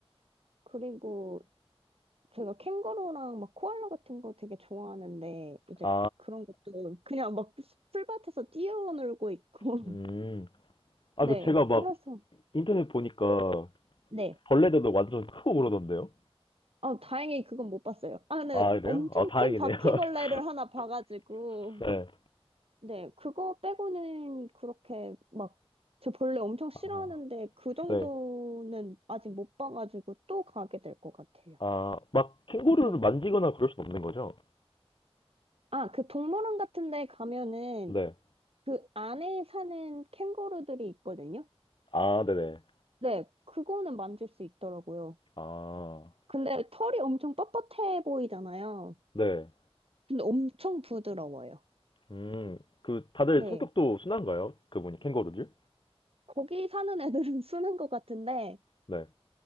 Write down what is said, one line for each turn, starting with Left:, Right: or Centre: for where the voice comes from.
Right: 그리고 제가 캥거루랑 막 코알라 같은 거 되게 좋아하는데 이제
Left: 아,
Right: 그런 것도 그냥 막 풀밭에서 뛰어놀고 있고 <laughs>
Left: <laughs> 음, 아,
Right: 네
Left: 그 제가
Right: 그래서
Left: 막 인터넷 보니까
Right: 네
Left: 벌레들도 완전 크고 그러던데요?
Right: 아, 다행히 그건 못 봤어요. 아, 근데
Left: 아, 그래요?
Right: 엄청
Left: 아, 다행이네요.
Right: 큰 바퀴벌레를
Left: <laughs>
Right: 하나 봐가지고
Left: 네.
Right: 네 그거 빼고는 그렇게 막 저 벌레 엄청 싫어하는데
Left: 아,
Right: 그 정도는
Left: 네.
Right: 아직 못 봐가지고 또 가게 될 것 같아요.
Left: 아, 막 캥거루를
Right: 네.
Left: 만지거나 그럴 순 없는 거죠?
Right: 아, 그 동물원 같은 데 가면은
Left: 네.
Right: 그 안에 사는 캥거루들이 있거든요.
Left: 아, 네네.
Right: 네, 그거는 만질 수 있더라고요.
Left: 아,
Right: 근데 털이 엄청 뻣뻣해 보이잖아요.
Left: 네.
Right: 근데 엄청 부드러워요.
Left: 음, 그 다들
Right: 네.
Left: 성격도 순한가요? 그분이 캥거루들?
Right: 거기 사는 애들은 <laughs> 쓰는 것 같은데,
Left: 네.